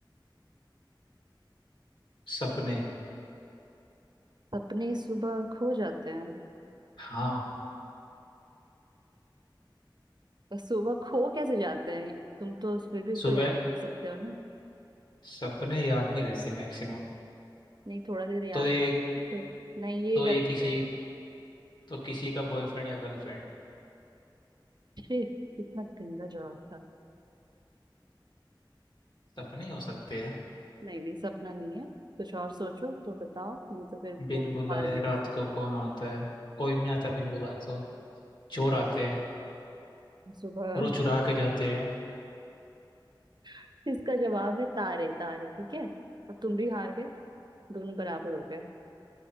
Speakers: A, on the left; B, on the right.
A: सपने
B: सपने सुबह खो जाते हैं
A: हाँ
B: तो सुबह खो कैसे जाते हैं तुम तो फिर भी इसको
A: सुबह
B: याद कर सकते हो ना
A: सपने याद नहीं रहते मैक्सिमम
B: नहीं थोड़ा देर याद
A: तो ये
B: फिर नहीं ये
A: तो
B: गलत
A: ये किसी
B: है
A: तो किसी का बॉयफ्रेंड या गर्लफ्रेंड
B: छी कितना गंदा जवाब था
A: सपने ही हो सकते हैं
B: नहीं नहीं सपना नहीं है कुछ और सोचो तो बताओ नहीं तो फिर
A: बिन
B: बोल तो
A: बुलाए
B: हार गए
A: रात को कौन आता है कोई भी नहीं आता बिन बुलाए तो चोर आते हैं
B: सुबह
A: और वो चुरा के जाते हैं
B: <laughs> इसका जवाब है तारे तारे ठीक है और तुम भी हार गए दोनों बराबर हो गए